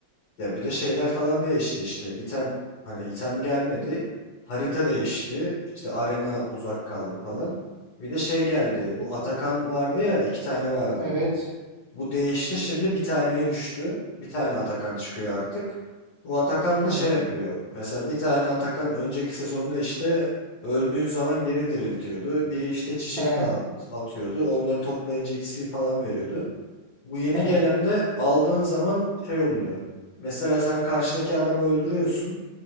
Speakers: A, on the left; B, on the right.
A: Ya bir de şeyler falan değişti işte. item hani item gelmedi. Harita değişti. İşte arena uzak kaldı falan. Bir de şey geldi. Bu Atakan vardı ya iki tane vardı
B: Evet.
A: bu. Bu değişti şimdi bir taneye düştü. Bir tane Atakan çıkıyor artık. O Atakan
B: Hı.
A: da şey yapıyor. Mesela bir tane Atakan önceki sezonda işte öldüğün zaman geri diriltiyordu. Biri işte çiçek
B: He.
A: dağıt atıyordu. Onları toplayınca XP falan veriyordu. Bu yeni
B: He.
A: gelen de aldığın zaman şey oluyor. Mesela sen karşıdaki adamı öldürüyorsun.